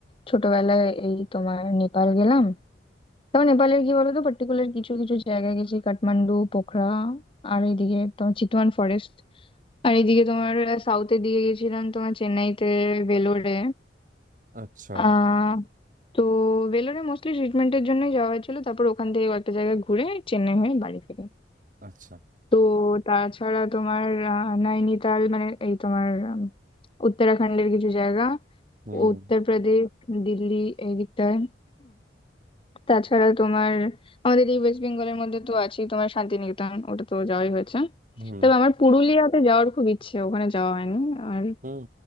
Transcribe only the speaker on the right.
আচ্ছা
আচ্ছা
হুম
হুম
হুম